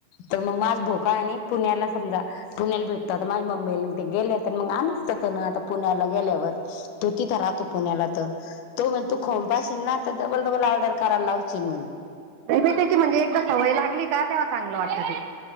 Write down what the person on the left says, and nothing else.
तर मग माझ भाऊ का म्हणे, पुण्याला समजा पुण्याला भेटतो आता माझ्या मम्मीला ते गेलेत मग आणलं तर ना आता पुण्याला गेल्यावर तो तिथं राहतो पुण्याला तर तो म्हग तू खोंपशील ना तर डबल डबल ऑर्डर करायला लावशील म्ह